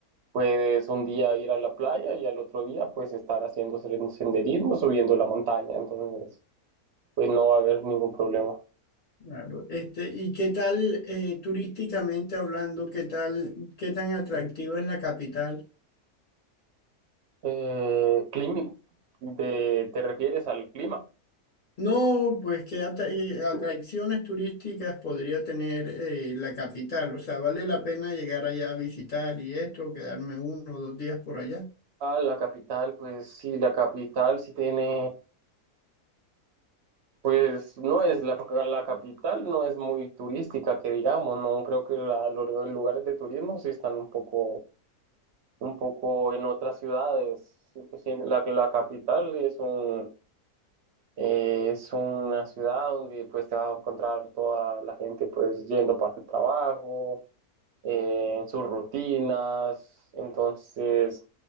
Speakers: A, on the right; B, on the left.
A: Puedes un día ir a la playa y al otro día pues estar haciendo sen- senderismo, subiendo la montaña, entonces pues no va a haber ningún problema.
B: Claro. Este, ¿y qué tal eh, turísticamente hablando, qué tal, qué tan atractiva es la capital?
A: Eh, climi- ¿te, te refieres al clima?
B: No, pues qué atra- eh, atracciones turísticas podría tener eh, la capital. O sea, ¿vale la pena llegar allá a visitar y esto, quedarme uno o dos días por allá?
A: A la capital, pues sí, la capital sí tiene Pues no es la, la capital, no es muy turística, que digamos, no creo que la- los lugares de turismo sí están un poco, un poco en otras ciudades. Sí, La, la capital es un, eh, es una ciudad donde pues te vas a encontrar toda la gente pues yendo para el trabajo, eh, sus rutinas, entonces